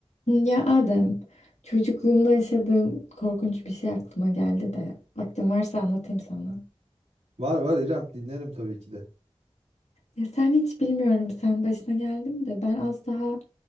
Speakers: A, on the left; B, on the right.
A: Ya Adem, çocukluğumda yaşadığım korkunç bir şey aklıma geldi de vaktin varsa anlatayım sana.
B: Var var İrem dinlerim tabii ki de.
A: Ya sen hiç bilmiyorum sen başına geldi mi de ben az daha